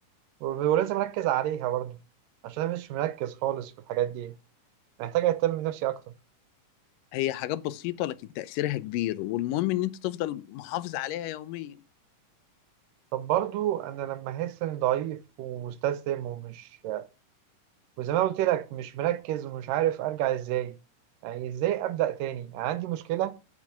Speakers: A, on the right; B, on the left.
A: و- ولازم أركز عليها برضه عشان أنا مش مركز خالص في الحاجات دي محتاج أهتم بنفسي أكتر
B: هي حاجات بسيطة لكن تأثيرها كبير والمهم إن أنت تفضل محافظ عليها يوميا
A: طب برضه أنا لما أحس إني ضعيف ومستسلم ومش وزي ما قلت لك مش مركز ومش عارف أرجع إزاي يعني إزاي أبدأ تاني يعني عندي مشكلة